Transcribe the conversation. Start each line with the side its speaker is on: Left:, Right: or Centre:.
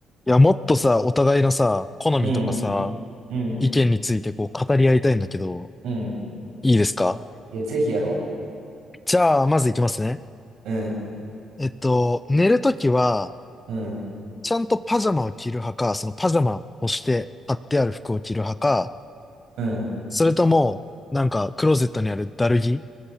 Left: いや、もっとさ、お互いのさ、好みとかさ、
Right: うん、うん、
Left: 意見についてこう語り合いたいんだけど、
Right: うん。
Left: いいですか
Right: いや、ぜひやろ
Left: じゃあ、まずいきますね。
Right: う。うん、
Left: えっと、寝るときは、
Right: うん、
Left: ちゃんとパジャマを着る派か、そのパジャマをして貼ってある服を着る派か、
Right: うん。
Left: それとも、なんか、クローゼットにあるダルギ、